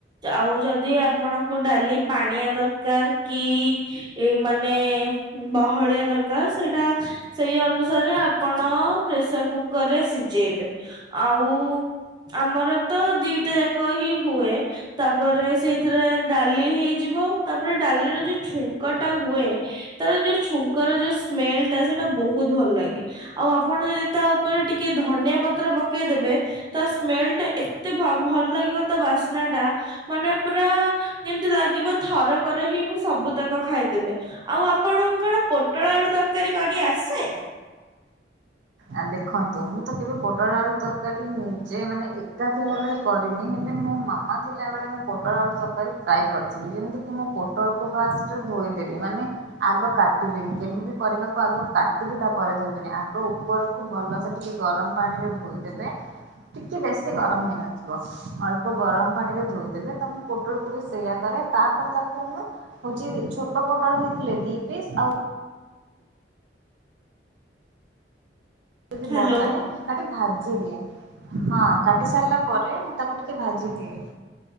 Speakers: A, on the right (about 25°); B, on the right (about 85°).
A: ଆଉ ଯଦି ଆପଣଙ୍କୁ ଡାଲି ପାଣିଆ ଦରକାର କି ଏଇ ମାନେ ବହଳିଆ ଦରକାର ସେଇଟା ସେଇ ଅନୁସାରେ ଆପଣ ପ୍ରେସର କୁକରରେ ସିଝେଇବେ ଆଉ ଆମର ତ ଦିଟା ଯାକ ହିଁ ହୁଏ ତାପରେ ସେଇଥିରେ ଡାଲି ହେଇଯିବ ତାପରେ, ଡାଲିର ଯୋଉ ଛୁଙ୍କ ଟା ହୁଏ ତାର ଯୋଉ ଛୁଙ୍କର ଯୋଉ ସ୍ମେଲ ଟା ସେଇଟା ବହୁତ ଭଲ ଲାଗେ। ଆଉ ଆପଣ ଯଦି ତା ଉପରେ ଟିକେ ଧନିଆ ପତ୍ର ପକେଇଦେବେ। ତା ସ୍ମେଲ ଟା ଏତେ ଭ ଭଲ ଲାଗିବ ତା ବାସ୍ନା ଟା ମାନେ ପୁରା ଯେମତି ଲାଗିବ ଥରକରେ ହିଁ ମୁଁ ସବୁତକ ଖାଇଦେବେ। ଆଉ ଆପଣଙ୍କୁ କଣ ପୋଟଳ-ଆଳୁ ତରକାରୀ କରି ଆସେ?
B: ଆ ଦେଖନ୍ତୁ ମୁଁ ତ କେବେ ପୋଟଳ ଆଳୁ ତରକାରୀ ନିଜେ ମାନେ ଏକା ଥିଲା ବେଳେ କରିନି ହେଲେ ମୋ ମାମା ଥିଲାବେଳେ ମୁଁ ପୋଟଳ ଆଳୁ ତରକାରୀ ପ୍ରାଏ କରିଥିଲି ଯେମିତି କି ମୁ ପୋଟଳକୁ ଫାଷ୍ଟ ଧୋଇଦେଲି ମାନେ ଆଗ କାଟିଲିନି କେବେ ବି ପରିବାକୁ ଆଗ କାଟିକି ତାପରେ ଧୋଇବେନି ଆଗ ଉପର ଭଲସେ ଟିକେ ଗରମ ପାଣି ରେ ଧୋଇଦେବେ ଟିକେ ବେଶୀ ଗରମ ହେଇନଥିବ। ଅଳ୍ପ ଗରମ ପାଣି ରେ ଧୋଇଦେବେ ତ ମୁ ପୋଟଳକୁ ବି ସେଇୟା କରେ ତାପରେ ତାକୁ ମୁଁ ହଉଛି ଛୋଟ ପୋଟଳ ହେଇଥିଲେ ଦି ପିସ୍ ଆଉ ଯଦି
A: ହ୍ୟାଲୋ
B: ବଡ଼ <unintelligible> କାଟିି ଭାଜି ଦିଏ ହଁ କାଟି ସାରିଲା ପରେ ମୁଁ ତାକୁ ଟିକେ ଭାଜି ଦିଏ।